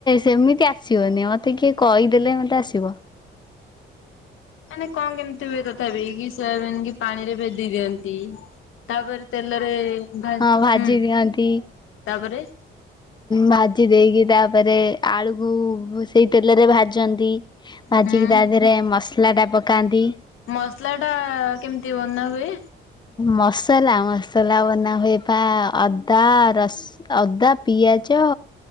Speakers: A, on the left; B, on the left.
A: ସେମିତି ଆସିବନି ମତେ କିଏ କହିଦେଲେ ମତେ ଆସିବ।
B: ମାନେ କଣ କେମିତି ହୁଏ ତଥାପି କି ସେ ମ କି ପାଣିରେ ଭେଦେଇ ଦିଅନ୍ତି। ତାପରେ ତେଲରେ ଭା
A: ହଁ ଭାଜି
B: ହୁଁ
A: ଦିଅନ୍ତି।
B: ତାପରେ?
A: ଭାଜି ଦେଇକି ତାପରେ ଆଳୁକୁ ସେଇ ତେଲରେ ଭାଜନ୍ତି। ଭାଜିକି
B: ହୁଁ
A: ତା ଦେହରେ ମସଲା ଟା ପକାନ୍ତି।
B: ମସଲା ଟା କେମିତି ବନା ହୁଏ?
A: ମସଲା ମସଲା ବନା ହୁଏ ପା ଅଦା ରସ ଅଦା ପିଆଜ